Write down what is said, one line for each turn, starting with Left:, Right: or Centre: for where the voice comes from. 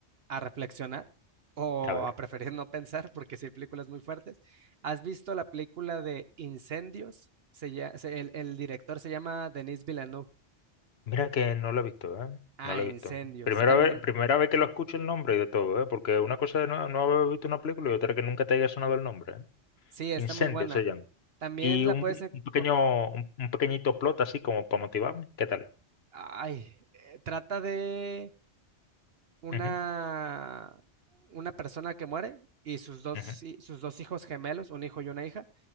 Right: a reflexionar o
Left: A ver,
Right: a preferir <laughs> no pensar porque sí hay películas muy fuertes. ¿Has visto la película de Incendios? Se lla- se- el, el director se llama Denis Villeneuve.
Left: mira que no lo he visto, ¿eh?
Right: Ah,
Left: No lo
Right: Incendios.
Left: he visto. Primera
Right: También,
Left: vez, primera vez que lo escucho el nombre y de todo, ¿eh? Porque una cosa es no, no haber visto una película y otra que nunca te haya sonado el nombre, ¿eh?
Right: sí, está
Left: Incendio
Right: muy buena.
Left: se llama.
Right: También
Left: Y
Right: la
Left: un,
Right: puedes... en-
Left: un pequeño,
Right: o-
Left: un, un pequeñito plot así como para motivarme. ¿Qué tal?
Right: Ay, eh, trata de... una,
Left: Ujú,
Right: una persona que muere y sus dos,
Left: ujú,
Right: hi- sus dos hijos gemelos, un hijo y una hija,